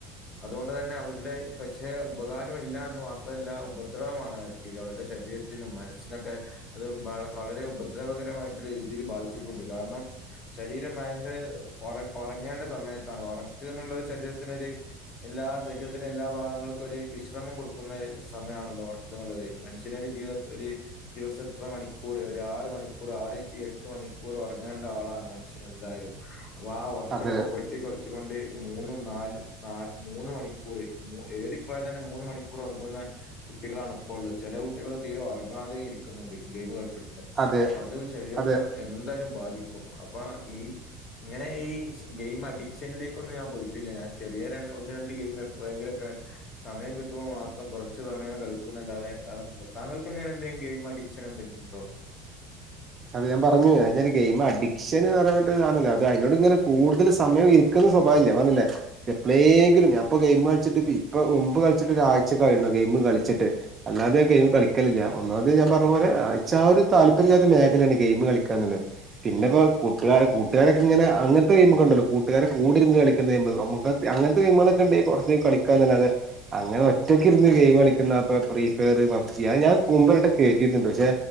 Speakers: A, on the left (about 30°); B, on the right (about 20°).
A: അതുകൊണ്ട് തന്നെ അവരുടെ പക്ഷെ ഉപകാരം ഇല്ല എന്ന് മാ മാത്രല്ല ഉപദ്രവമാണ് അവർക്ക് അവരുടെ ശരീരത്തിനും മനസ്സിനൊക്കെ അത് വള വളരെ ഉപദ്രവകരമായിട്ടുള്ള രീതിൽ ബാധിച്ചിട്ടുണ്ട് കാരണം ശരീരം ഭയങ്കര ഒറ ഒറങ്ങേണ്ട സമയത്താണ് ഒറക്ക്ന്നുള്ളത് ശരീരത്തിനൊര് എല്ലാ ശരീരത്തിന്റെ എല്ലാ ഭാഗങ്ങൾക്കും ഒരു വിശ്രമം കൊടു ഒന്ന് സമയമാണല്ലോ ഒറ് ക്ക്ന്നുള്ളത് മനുഷ്യനൊര് ജീവിത ഒര് ദിവസം എത്ര മണിക്കൂറ് ഒരു ആറ് മണിക്കൂറ് ആറ് ടു എട്ട് മണിക്കൂറ്ഉറങ്ങേണ്ട ആളാണ് മനുഷ്യന് എന്തായാലും അപ്പൊ ആഹ് ഒറക്കൊക്ക
B: അതെ
A: വെട്ടി കൊർച്ച് കൊണ്ട് മൂന്നും നാലും ന്നാ മൂന്ന് മണിക്കൂറ് മൂ ഏറിപോയ തന്നെ മൂന്ന് മണി ക്കൂറ ഒറങ്ങുന്ന കുട്ടികളാണ് ഇപ്പോൾ ഉള്ളത് ചെല കുട്ടികൾ തീരെ ഒറങ്ങാതെ ഇരിക്കുന്നുണ്ട് ഗെയിംമ് കളിച്ചിട്ട്
B: അതെ
A: അത് ശരീരത്തിന്
B: അത്
A: എന്തായാലും അത് ബാധിക്കും അപ്പൊ ഈ ഇങ്ങനെ ഈ ഗെയിം അഡിക്ഷനിലേക്കൊന്നും ഞാൻ പോയിട്ടില്ല ഞാൻ ചെറിയ രണ് ഒന്ന് രണ്ട് ഗെയിം എപ്പോഴെങ്കിലുക്കെ സമയം കിട്ടു മ്പോ മാത്രം കുറച്ച് സമയം കളിക്കുന്നല്ലാതെ വേറെ <unintelligible> താങ്കൾക്ക് എങ്ങനെ എന്തെങ്കിലും ഗെയിം അഡിക്ഷൻ എന്തെങ്കിലും ഉണ്ടോ?
B: അത് ഞാൻ പറഞ്ഞു അത് ഒരു ഗെയിം അഡിക്ഷന്ന്ന്പറയാൻ പറ്റൂല്ല <unintelligible> അതിനോട് ഇങ്ങനെ കൂടുതൽ സമയം ഇ ക്കുന്ന സ്വഭാവം ഇല്ല പർഞ്ഞില്ലേ എപ്പളേങ്കിലും ഞാൻപ്പൊ ഗെയിം കളിച്ചിട്ട് ഇപ്പൊ മുമ്പ് കളിച്ചിട്ട് ഒരാഴ്ച <unintelligible> ഗെയിമ്കളിച്ചിട്ട് അല്ലാതെ ഗെയിം കളിക്കലില്ല ഒന്നാമത് ഞാൻ പർഞ്ഞ പോലെ ആച്ച ആ ഒരു താല്പര്യല്ലാതെ മേഖ <unintelligible> ഗെയ്മ് കളിക്കാന്ന്ള്ളത് പിന്നെ ഇപ്പ കൂട്ടുകാ കൂട്ടുകാരൊക്കെ ഇങ്ങനെ അങ്ങനത്തെഗെയിമോക്കെണ്ടല്ലോ കൂട്ടുകാരെ കൂടെരുന്ന് കളിക്കുന്നെ അങ്ങനത്തെ ഗെയിമുകളൊക്ക ഉണ്ടായി കുറച്ചും കളിക്കാന്നല്ലാെ അങ്ങനെ ഒറ്റക്കെ ഇരുന്ന് ഗെയിം കളിക്കുന്ന അപ്പൊ ഫ്രീ ഫയർ പബ്ജി അത് ഞാൻ മുമ്പോരുവെട്ടം കേറ്റിയിട്ടുണ്ട് പക്ഷെ